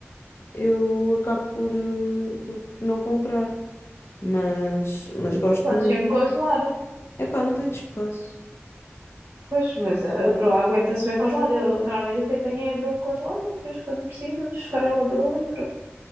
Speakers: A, on the left; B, on the right.
A: Eu acabo por, eh, por não comprar, mas, mas gosto
B: pode
A: muito.
B: sempre congelar,
A: Epá, não tenho espaço.
B: Pois, mas a broa aguenta-se bem congelada. Eu normalmente até tenho a broa congelada, depois quando preciso, esfarela a broa e pronto.